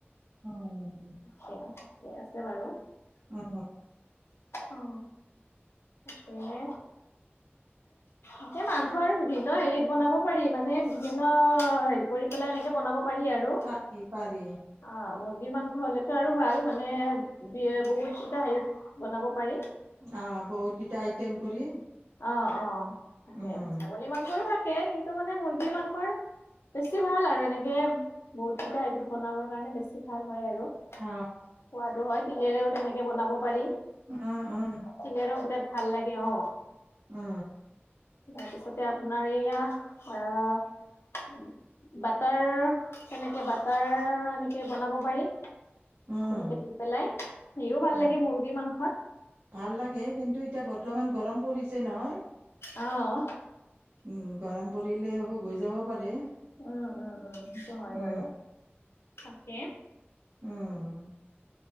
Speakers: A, on the right; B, on the left.
A: অ
B: সি আছে বাৰু
A: অ
B: অ তাকে এহ এতিয়া মাংস আৰু বিভিন্ন হেৰিত বনাব পাৰি মানে বিভিন্ন হেৰি কৰি পেলাই এনেকে বনাব পাৰি আৰু
A: পাৰি পাৰি
B: অ মুৰ্গী মাংস। হ'লেটো আৰু ভাল মানে বি বহুত কেইটা হেৰিত বনাব পাৰি।
A: অ বহুত কেটা আইটিয়েম কৰি
B: অ অ থাকে
A: উম,
B: ছাগলী মাংসৰো থাকে কিন্তু মানে মুৰ্গী মাংসৰ বেছি ভাল আৰু এনেকে বহুতকেইটা হেৰিত বনাবৰ কাৰণে বেছি ভাল। হয় আৰু সোৱাদো
A: অ
B: হয় তিলেৰেও তেনেকে বনাব পাৰি
A: উম উম
B: তিলৰো বিৰাট ভাল লাগে অ।
A: অ
B: তাৰপিছতে আপোনাৰ এইয়া অহ বাটাৰ কেনেকে বাটাৰ এনেকে বনাব পাৰি। তেনেকে
A: উম
B: দি পেলাই সেও ভাল
A: অ
B: লাগে মুৰ্গীৰ মাংসত।
A: ভাল লাগে কিন্তু এতিয়া বৰ্তমান গৰম পৰিছে নহয়
B: আহ
A: উ গৰম পৰিলে ও বৈ যাব পাৰে।
B: উম উম উম সেইটো হয়
A: উম
B: বাৰু তাকে।
A: উম